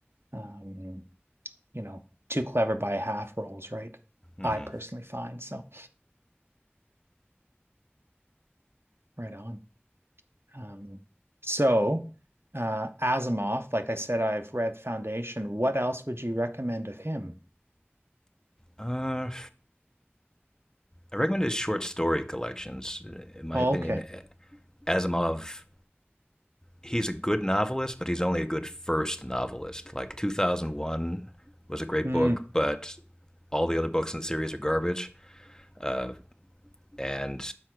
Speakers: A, on the right; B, on the left.
A: um, you know, too clever by half roles, right?
B: Hmm.
A: I personally find. So, right on. Um, so, uh, Asimov, like I said, I've read Foundation. What else would you recommend of him?
B: Uh, I recommend his short story collections. In my
A: Oh,
B: opinion,
A: okay.
B: Asimov, he's a good novelist, but he's only a good first novelist. Like 2001 was a great
A: Hmm.
B: book, but all the other books in the series are garbage. Uh, and